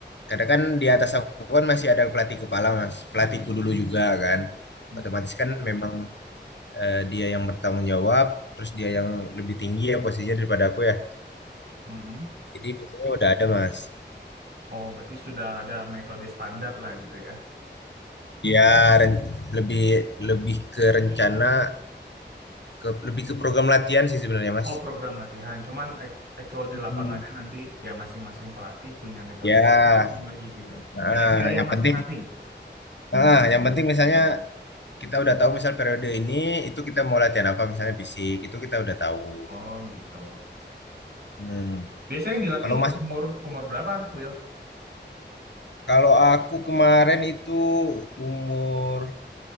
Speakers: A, on the left (about 70°); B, on the right (about 60°).
A: kadang kan di atas aku kan masih ada pelatih kepala mas, pelatihku dulu juga kan.
B: Hmm.
A: Otomatis kan memang eh, dia yang bertanggung jawab, terus dia yang lebih tinggi ya posisinya daripada aku ya.
B: Mm-mm.
A: Jadi biasanya udah ada mas.
B: Oh, berarti sudah ada metode standar lah gitu ya.
A: Ya ren- lebih lebih ke rencana, ke lebih ke program latihan sih sebenarnya mas.
B: Oh, program latihan. Cuman act- actual di lapangannya
A: Hmm.
B: nanti ya masing-masing pelatih punya metode
A: Ya,
B: masing lagi gitu.
A: ah,
B: Kayak gaya
A: yang
B: masing-masing.
A: penting, ah, yang penting misalnya kita udah tahu misal periode ini itu kita mau latihan apa misalnya fisik itu kita udah tahu.
B: Oh, gitu.
A: Hmm.
B: Biasanya yang dilatih
A: Kalau Mas
B: umur umur berapa, Will?
A: Kalau aku kemarin itu umur